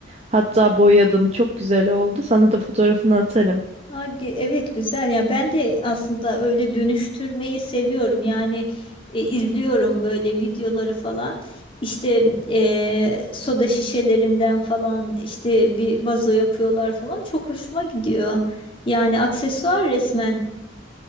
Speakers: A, on the right (about 30°); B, on the left (about 25°).
A: Hatta boyadım. Çok güzel oldu. Sana da fotoğrafını atarım.
B: Ha, ge- Evet güzel ya ben de aslında öyle dönüştürmeyi seviyorum yani e, izliyorum böyle videoları falan işte e, soda şişelerinden falan işte bir vazo yapıyorlar falan çok hoşuma gidiyor yani aksesuar resmen